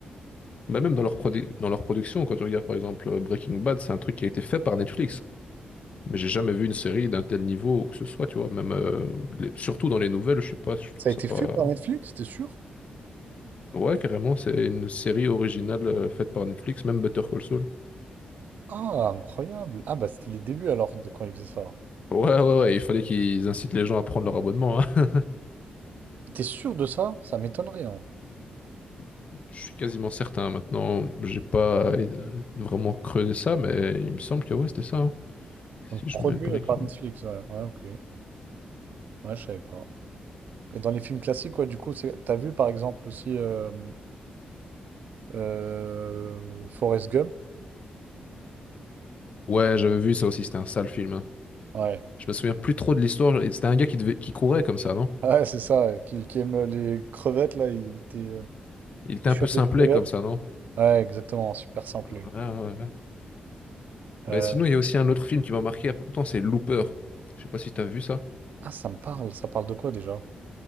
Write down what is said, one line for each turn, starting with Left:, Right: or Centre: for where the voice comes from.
Left: Mais même dans leur produ- dans leur production, quand tu regardes par exemple euh, Breaking Bad, c'est un truc qui a été fait par Netflix. Mais j'ai jamais vu une série d'un tel niveau ou que ce soit, tu vois. Même, euh, les- surtout dans les nouvelles, je sais pas, je trouve
Right: Ça a
Left: ça
Right: été
Left: pas...
Right: fait par Netflix, t'es sûr?
Left: Ouais, carrément, c'est une série originale euh, faite par Netflix, même Better Call Saul.
Right: Ah, incroyable. Ah, bah, c'était les débuts, alors, de quand ils faisaient ça.
Left: Ouais, ouais, ouais, ouais, il fallait qu'ils incitent les gens à prendre leur abonnement, hein.
Right: T'es sûr de ça? Ça m'étonnerait, hein.
Left: <laughs> Je suis quasiment certain. Maintenant, j'ai pas euh, vraiment creusé ça, mais il me semble que ouais, c'était ça. hein.
Right: Donc
Left: Si
Right: produit
Left: je mets Breaking.
Right: euh, par Netflix, ouais. Ouais, ok. Ouais, je savais pas. Et dans les films classiques, ouais, du coup, c'est... t'as vu par exemple aussi euh, euh, Forrest Gump?
Left: Ouais, j'avais vu ça aussi, c'était un sale film. hein.
Right: Ouais.
Left: Je me souviens plus trop de l'histoire. C'était un gars qui, devait... qui courait comme ça,
Right: <laughs>
Left: non?
Right: Ouais, c'est ça, ouais, qui, qui aime euh, les crevettes, là, il était euh,
Left: Il était
Right: pêcheur
Left: un peu simplet
Right: de crevettes.
Left: comme ça, non?
Right: Ouais, exactement, super simplé.
Left: Ouais, ouais, ouais.
Right: Euh,
Left: Ben, sinon, il y a aussi un autre film qui m'a marqué il y a pas longtemps, c'est Looper. Je sais pas si t'as vu ça.
Right: Ah, ça me parle, ça parle de quoi déjà?